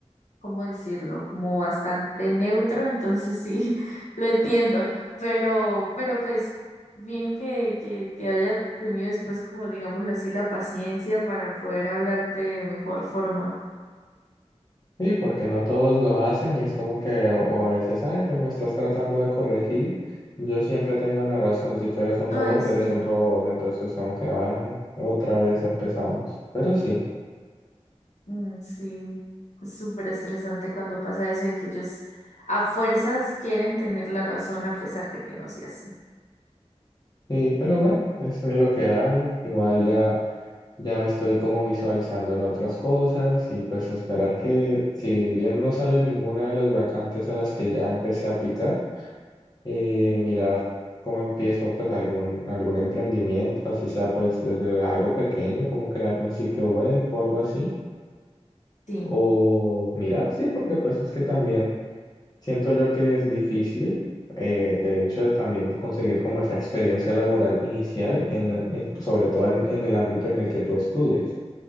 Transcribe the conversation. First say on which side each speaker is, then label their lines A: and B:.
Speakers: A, on the left; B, on the left.
A: ¿cómo decirlo? Como bastante neutro, entonces sí, <laughs> lo entiendo, pero, pero pues bien que, que, que haya tenido después, como digámoslo así, la paciencia para poder hablarte de mejor forma.
B: Sí, porque no todos lo hacen y es como que, o o a veces, ay, pero me estás tratando de corregir. Yo siempre tengo la razón, si tú eres un
A: Ay,
B: robot,
A: sí,
B: eres un robot. Entonces es como que, ay, otra vez empezamos. Pero sí.
A: mm, sí, es súper estresante cuando pasa eso de que ellos a fuerzas quieren tener la razón a pesar de que no sea así.
B: Sí, pero bueno, eso es lo que hay. Igual ya, ya me estoy como visualizando en otras cosas y pues esperar que si bien no sale ninguna de las vacantes a las que ya empecé a aplicar, eh, mirar cómo empiezo pues algún, algún emprendimiento, así sea pues desde algo pequeño, como crear un sitio web o algo así.
A: Sí.
B: O mirar, sí, porque pues es que también... Siento yo que es difícil eh, el hecho de también conseguir como esa experiencia laboral inicial, en, eh, sobre todo en, en el ámbito en el que tú estudias,